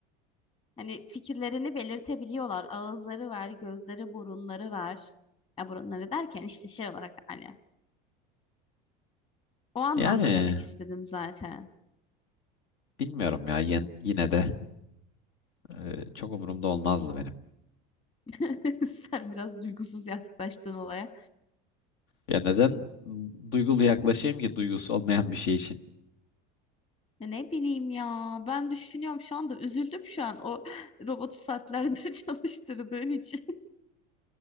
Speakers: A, on the left; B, on the left.
A: Hani fikirlerini belirtebiliyorlar. Ağızları var, gözleri, burunları var. Ya burunları derken işte şey olarak hani o anlamda
B: Yani
A: demek istedim zaten.
B: bilmiyorum ya yen- yine de e, çok umurumda olmazdı benim.
A: <laughs> Sen biraz duygusuz yaklaştın olaya.
B: Ya neden duygulu yaklaşayım ki duygusu olmayan bir şey için?
A: Ya Ne bileyim ya. Ben düşünüyorum şu anda üzüldüm şu an o robotu saatlerdir <laughs> çalıştırdığın için.